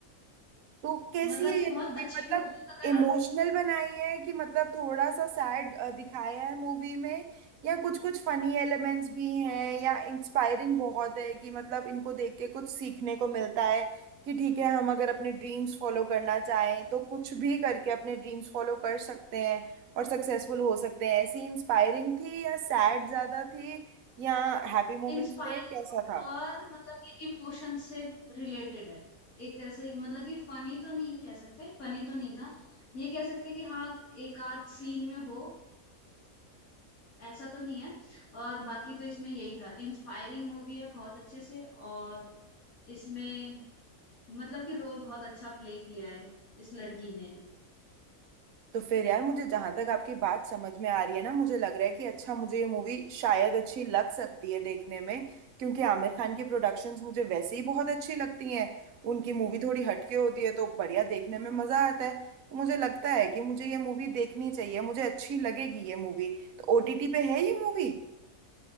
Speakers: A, on the right; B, on the left.
A: तो कैसी
B: मतलब
A: है
B: कि
A: ये
B: बहुत
A: मूवी
B: अच्छी
A: मतलब
B: मूवी अगर
A: इमोशनल बनाई है कि मतलब थोड़ा सा सैड दिखाया है मूवी में या कुछ कुछ फनी एलिमेंट्स भी हैं या इंस्पायरिंग बहुत है कि मतलब इनको देख के कुछ सीखने को मिलता है कि ठीक है हम अगर अपने ड्रीम्स फॉलो करना चाहें तो कुछ भी करके अपने ड्रीम्स फॉलो कर सकते हैं और सक्सेसफुल हो सकते हैं ऐसी इंस्पायरिंग थी या सैड ज़्यादा थी या हैप्पी मोमेंट्स
B: इंस्पायरिंग
A: थे कैसा था
B: और मतलब कि इमोशन से रिलेटेड है एक तरह से मतलब कि फनी तो नहीं कह सकते फनी तो नहीं था ये कह सकते कि हाँ एक आध सीन में हो ऐसा तो नहीं है और बाकी तो इसमें यही था इंस्पायरिंग मूवी है बहुत अच्छे से और इसमें मतलब कि रोल बहुत अच्छा प्ले किया है इस लड़की ने
A: तो फिर यार मुझे जहां तक आपकी बात समझ में आ रही है ना मुझे लग रहा है कि अच्छा मुझे ये मूवी शायद अच्छी लग सकती है देखने में क्योंकि आमिर खान की प्रोडक्शंस मुझे वैसे ही बहुत अच्छी लगती हैं उनकी मूवी थोड़ी हटके होती है तो बढ़िया देखने में मजा आता है तो मुझे लगता है कि मुझे ये मूवी देखनी चाहिए मुझे अच्छी लगेगी ये मूवी तो ओटीटी पे है ये मूवी